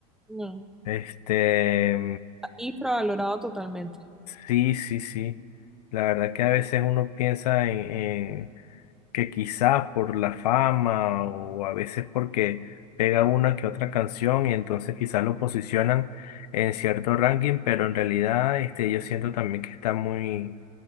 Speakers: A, in the centre; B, on the left.
A: no,
B: Este.
A: está infravalorado totalmente.
B: Sí, sí, sí. La verdad que a veces uno piensa en, en que quizás por la fama o a veces porque pega una que otra canción y entonces quizás lo posicionan en cierto ranking, pero en realidad este, yo siento también que está muy